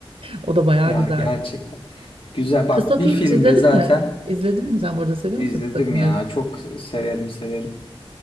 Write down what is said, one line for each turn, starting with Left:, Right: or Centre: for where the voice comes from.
Right: O da bayağı
Left: ya
Right: güzeldi.
Left: gerçekten. Güzel bak
Right: Kısa film
Left: bir filmde
Right: hiç izledin
Left: zaten
Right: mi? İzledin mi? Sen bu arada seviyor
Left: izledim
Right: musun kısa filmleri?
Left: ya. Çok severim severim.